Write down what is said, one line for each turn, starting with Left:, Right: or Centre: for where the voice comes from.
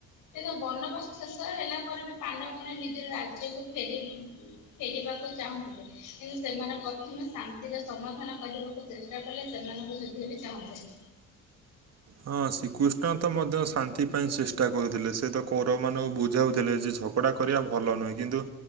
Left: ଦେ ବନବାସ ଶେଷ ହେଲା ପରେ ବି ପାଣ୍ଡମଣି ନିଜ ରାଜ୍ୟକୁ ଫେରି ଫେରିବାକୁ ଚାହୁଁଥିଲେ କିନ୍ତୁ ସେମାନେ ପ୍ରଥମେ ଶାନ୍ତିର ସମାଧାନ କରିବାକୁ ଚେଷ୍ଟ କଲେ ସେମାନଙ୍କ ଯୁଦ୍ଧ ବି ଚାହୁଁଥିଲେ।
Right: ହଁ ଶ୍ରୀକୃଷ୍ଣ ତ ମଧ୍ୟ ଶାନ୍ତି ପାଇଁ ଚେଷ୍ଟା କରୁଥିଲେ ସେ ତ କୋର ମଙ୍କୁ ବୁଝାଉଥିଲେ ଯେ ଝ ଝଗଡ଼ା କରିବା ଭଲ ନୁହେଁ କିନ୍ତୁ?